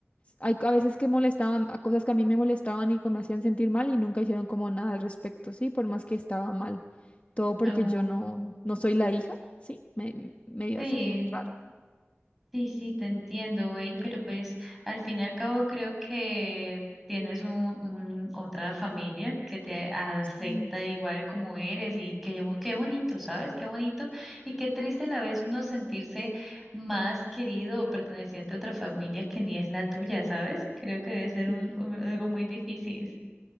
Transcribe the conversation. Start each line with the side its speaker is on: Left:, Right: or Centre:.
Left: hay a veces que molestaban a cosas que a mí me molestaban y que me hacían sentir mal y nunca hicieron como nada al respecto, sí, por más que estaba mal. Todo porque
Centre: Oh,
Left: yo no, no soy la hija, sí, me, me dio
Centre: sí.
Left: así, raro.
Centre: Sí, sí, te entiendo, güey, pero pues al fin y al cabo creo que tienes un, un- otra familia que te acepta
Left: Sí,
Centre: igual como eres y que yo- qué bonito, ¿sabes? Qué bonito y qué triste a la vez uno sentirse más querido o perteneciente a otra familia que ni es la tuya, ¿sabes? Creo que debe ser
Left: sí.
Centre: un, un- algo muy difícil.